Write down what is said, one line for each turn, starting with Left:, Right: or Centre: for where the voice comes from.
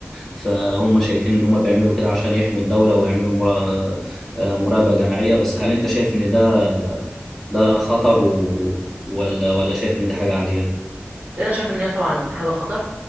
Centre: فهم شايفين ان هم بيعملوا كده عشان يحموا الدوله ويعملوا مرا- مراقبه جماعيه بس هل انت شايف ان ده ده خطر و... ولا ولا شايف ان دي حاجه عاديه
Right: لأن انا شايف ان هي طبعا حاجه خطر